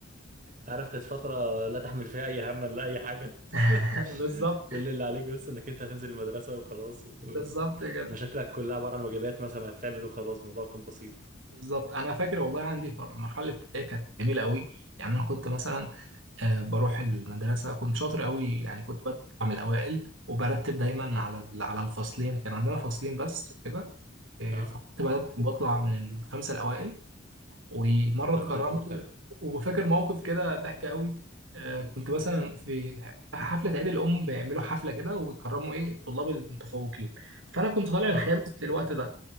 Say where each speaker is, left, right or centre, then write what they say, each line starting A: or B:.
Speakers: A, on the right; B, on the right.
A: عارف كانت فترة لا تحمل فيها أي هم لا أي حاجة <laughs>
B: <laughs> بالظبط
A: كل اللي عليك بس إنك أنت هتنزل المدرسة وخلاص و-
B: بالظبط كده
A: مشاكلك كلها عبارة عن واجبات مثلا هتتعمل وخلاص الموضوع كان بسيط
B: بالظبط أنا فاكر والله عندي فر- المرحلة الابتدائية كانت جميلة أوي يعني أنا كنت مثلا آه، بروح المدرسة كنت شاطر قوي يعني كنت بطلع من الأوائل وبرتب دايما
A: مم.
B: على ال- على الفصلين كان عندنا فصلين بس وكده آه،
A: أه
B: فكنت برتب بطلع من الخمسة الأوائل ومرة
A: طب
B: اتكرمت
A: زي الفل حلو
B: وفاكر موقف كده ضحك قوي آه، كنت مثلا في حفلة عيد الأم بيعملوا حفلة كده ويكرموا إيه الطلاب المتفوقين فأنا كنت طالع الخامس
A: أه
B: في الوقت ده